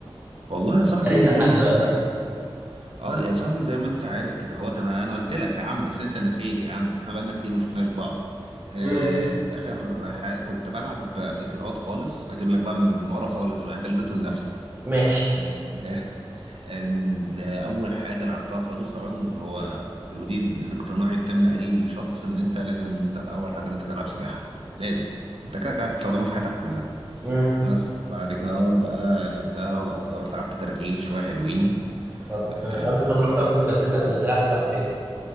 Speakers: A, on the right (about 75°); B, on the right (about 20°).
A: والله يا صاحبي
B: مارسها
A: زي
B: لحد
A: ما
B: دلوقتي
A: انت اه يا صاحبي زي ما انت عارف كده هو انا انا قلت لك يا عم بس انت نسيت يا عم بس احنا بقالنا كتير ما شفناش بعض آه
B: امم
A: اخر ح... كنت بلعب قبل كده هوت خالص اجيب لك بقى من من ورا خالص بقى انت اللي جبته لنفسك
B: ماشي
A: آه <laughs> آه، اول حاجه لعبتها خالص طبعا هو ودي الاقتناع التام لاي شخص ان انت لازم ان انت اول حاجه ان انت تلعب سباحه لازم انت كده كده هتستخدمها في حياتك كلها
B: امم
A: بس بعد كده هوت بقى سبتها وبعد كده هوت لعبت كاراتيه شويه حلوين
B: طب
A: آه،
B: آه، قبل ما نروح طب للكاراتيه انت كنت بتلعب سباحه فين